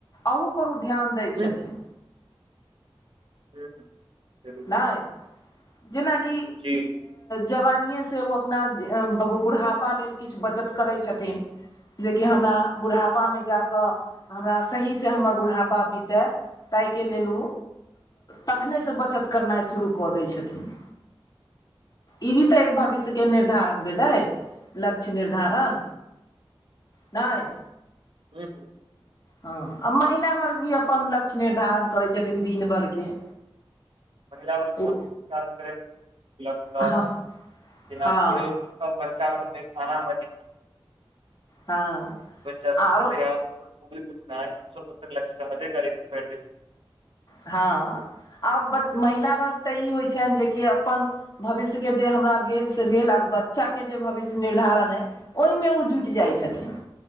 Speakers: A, on the left (about 40°); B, on the right (about 70°).
A: अहूपर ओ ध्यान दैत
B: हुँ,
A: छथिन
B: <inaudible> जरूर।
A: नहि जेनााकि
B: जी
A: जवानिेसँ ओ अपना बुढ़ापा लेल किछु बचत करै छथिन जेकि हमरा बुढ़ापामे
B: जी
A: जा कऽ हमरा सहीसँ हमर बुढ़ापा बीतय ताहिके लेल ओ तखनेहिसँ बचत करनाइ शुरू कऽ दै छथिन ई भी तऽ एक भविष्य के निर्धारण भेलै लक्ष्य निर्धारण
B: बिल्कुल
A: नहि
B: हू
A: हँ आ महिला वर्ग भी अपन लक्ष्य निर्धारण करै छथिन दिन भरिके
B: पहिला ब
A: ओ
B: कर <unintelligible>
A: हँ हँ
B: सब बच्चा सब <unintelligible>
A: हँ
B: बच्चा सबके
A: आरो
B: तऽ यहाँ किछु न लक कर <unintelligible>
A: हँ आब महिला वर्ग तऽ ई होइ छनि जेकि अपन भविष्यके जे हमरा भेल से भेल आ बच्चाके जे भविष्य निर्धारण अइ ओहिमे ओ जुटि जाइत छथिन